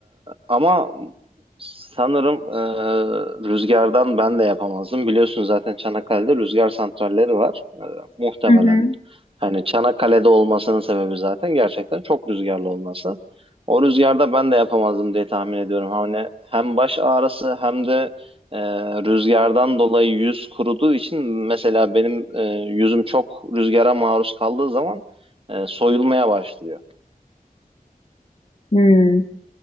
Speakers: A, on the right; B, on the left.
A: ama sanırım e, rüzgardan ben de yapamazdım. Biliyorsun zaten Çanakkale'de rüzgar santralleri var. Ee, muhtemelen
B: Hı hı.
A: hani Çanakkale'de olmasının sebebi zaten gerçekten çok rüzgarlı olması. O rüzgarda ben de yapamazdım diye tahmin ediyorum. Hani hem baş ağrısı hem de e, rüzgardan dolayı yüz kuruduğu için mesela benim e, yüzüm çok rüzgara maruz kaldığı zaman e, soyulmaya başlıyor.
B: Hmm.